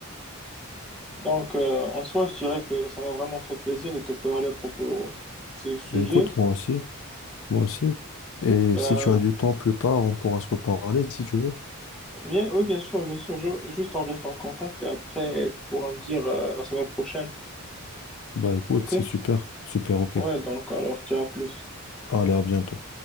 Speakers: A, in the centre; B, on the left (about 65°).
A: Donc, euh, en soi, je dirais que ça m'a vraiment fait plaisir de te parler à propos de ce sujet.
B: Ben, écoute, moi aussi. moi aussi. Et
A: Ben,
B: si tu as du temps plus tard, on pourra se reparler si tu veux.
A: bien, oui, bien sûr, bien sûr. Je, juste on reste en contact et après, tu pourras me dire euh, la semaine prochaine.
B: Bah écoute,
A: OK?
B: c'est super, super, ok.
A: Ouais, donc, alors, je dirais à plus.
B: Allez, à bientôt.